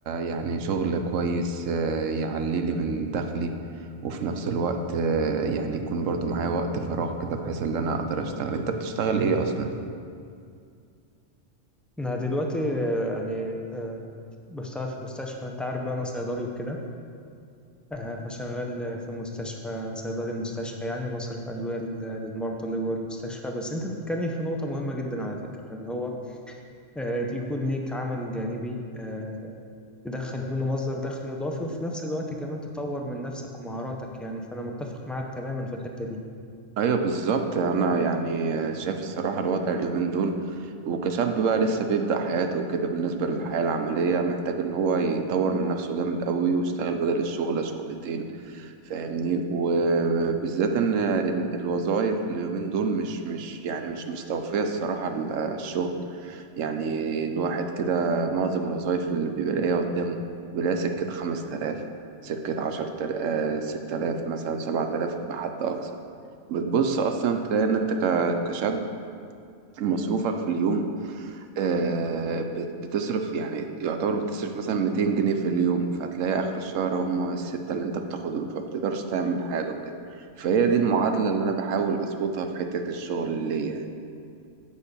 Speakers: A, on the right (about 80°); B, in the centre.
A: يعني شغل كويس آه، يعلي لي من دخلي وفي نفس الوقت آه، يعني يكون برضو معايا وقت فراغ كده بحيث ان انا اقدر اشتغل انت بتشتغل ايه اصلا
B: انا دلوقتي آه، يعني آه، بشتغل في مستشفى انت عارف بقى انا صيدلي وكده آه، فشغال في مستشفى صيدلي مستشفى يعني بصرف ادوية لل- للمرضى اللي جوه المستشفى بس انت بتتكلم في نقطة مهمة جدا على فكرة اللي هو آه، يكون ليك عمل جانبي آه، تدخل منه مصدر دخل اضافي وفي نفس الوقت كمان تطور من نفسك ومهاراتك يعني فانا متفق معاك تماما في الحتة دي
A: ايوه بالظبط انا يعني شايف الصراحه الوضع اليومين دول وكشاب بقى لسه بيبدأ حياته وكده بالنسبه للحياه العمليه محتاج ان هو يطور من نفسه جامد قوي ويشتغل بدل الشغل شغلتين فاهمني وبالذات ان ال- الوظائف اليومين دول مش مش يعني مش مستوفيه الصراحه ال- الشغل يعني الواحد كده معظم الوظائف اللي بيبقى لاقيها قدامه بيلاقيها سكه 5000 سكه 10000 6000 مثلا 7000 بحد اقصى بتبص اصلا تلاقي ان انت ك- كشاب مصروفك في اليوم آه، بت- بتصرف يعني يعتبر بتصرف مثلا 200 جنيه في اليوم فتلاقي اخر الشهر هم الستة اللي انت بتاخدهم فما بتقدرش تعمل حاجة وكده فهي دي المعادلة اللي انا بحاول اظبطها في حتة الشغل اللي يعني